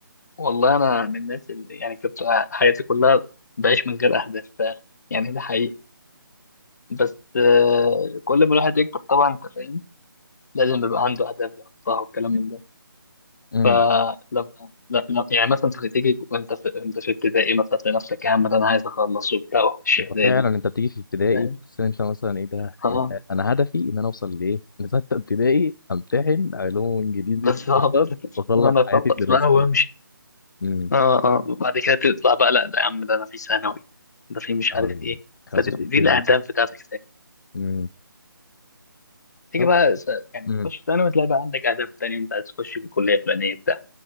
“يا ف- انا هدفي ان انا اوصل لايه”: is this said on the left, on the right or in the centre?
Left